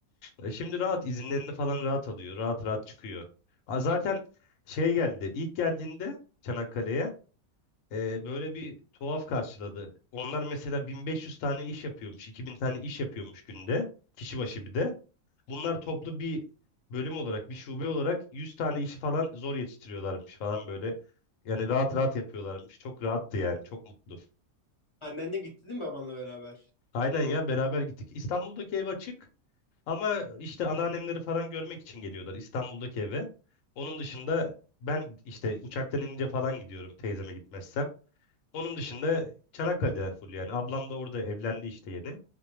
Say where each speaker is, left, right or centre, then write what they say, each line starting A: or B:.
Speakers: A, on the left; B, on the left.
A: E şimdi rahat izinlerini falan rahat alıyor. Rahat rahat çıkıyor. A zaten şey geldi. İlk geldiğinde Çanakkale'ye Ee, böyle bir tuhaf karşıladı. Onlar mesela 1500 tane iş yapıyormuş, 2000 tane iş yapıyormuş günde, kişi başı bir de. Bunlar toplu bir bölüm olarak, bir şube olarak 100 tane işi falan zor yetiştiriyorlarmış falan böyle. Yani rahat rahat yapıyorlarmış. Çok rahattı yani, çok mutlu.
B: Annenle gitti değil mi babanla beraber?
A: Aynen ya, beraber gittik. İstanbul'daki ev açık ama işte anneannemleri falan görmek için geliyorlar İstanbul'daki eve. Onun dışında ben işte uçaktan inince falan gidiyorum teyzeme gitmezsem. Onun dışında Çanakkale'deler full yani. Ablam da orada evlendi işte yeni.